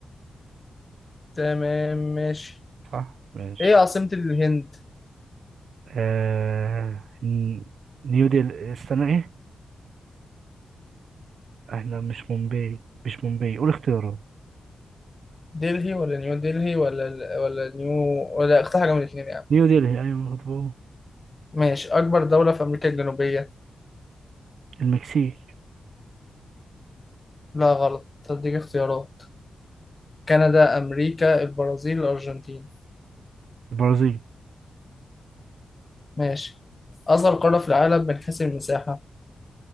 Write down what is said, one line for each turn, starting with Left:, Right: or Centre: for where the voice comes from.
Left: تمام ماشي
Right: صح ماشي
Left: إيه عاصمة الهند
Right: آه، ن- نيو ديلي استنى إيه إحنا مش مومباي مش مومباي قول اختيارات
Left: دلهي ولا نيو دلهي ولا ولا نيو ولا اختار حاجة من الاتنين يعني
Right: نيو ديلي أيوة ما كنت بقول.
Left: ماشي أكبر دولة في أمريكا الجنوبية
Right: المكسيك
Left: لا غلط أديك اختيارات كندا أمريكا البرازيل الأرجنتين
Right: البرازيل
Left: ماشي أصغر قارة في العالم من حيث المساحة